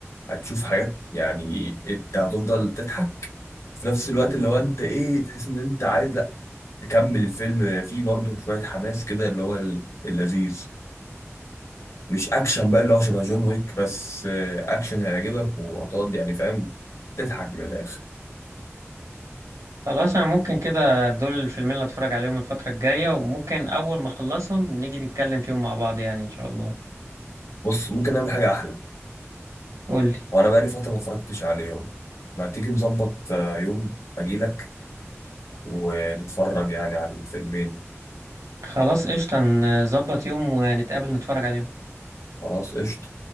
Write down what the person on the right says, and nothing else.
خلاص انا ممكن كده دول الفيلمين اللي اتفرج عليهم الفترة الجاية وممكن اول ما اخلصهم نيجي نتكلم فيهم مع بعض يعني ان شاء الله
قولي
خلاص قشطة نظبط يوم ونتقابل نتفرج عليهم